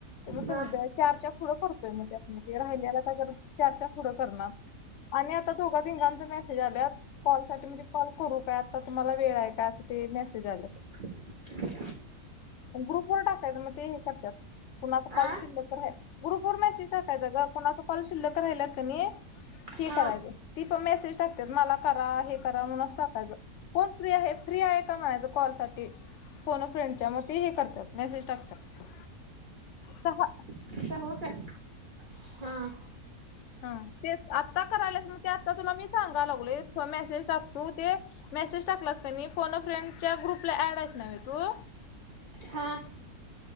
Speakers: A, on the left; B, on the right.
A: ते मग
B: हा
A: संध्या चार चार पुढं करतो राहिले चार चार पुुढं करणार आणि आता दोघ तीनघां मेसेज आल्या कॉल साठी म्हणजे कॉल करू का आता तुम्हाला वेळ आहे का असं ते मेसेज आलं
B: <unintelligible>
A: ग्रुप वर टाकायं मग ते हे करतात कुणाच कॉल
B: आ
A: शिल्लक रा आहेय गुरुपूर मशी टाकायचा ग कुणाच कॉल शिल्लक राहिलात का नाही
B: हा
A: हे करायचं ती पण मेसेज टाकते मला करा हे करा म्हणूनच टाकायचं कोण फ्री आहे फ्री आहे का म्हणायचं कॉल साठी कोण फ्रेंडच्या म हे करतात मेसेज टाकतात सहा
B: तर हो का हा
A: ह ते आत्ता करायलाच मग ते आता तुला मी सांगा लागलो मेसेज तू ते मेसेज टाकला अस का फोन फ्रेंडच्या ग्रुपला ऍड आहेच नाव्हे तू
B: हा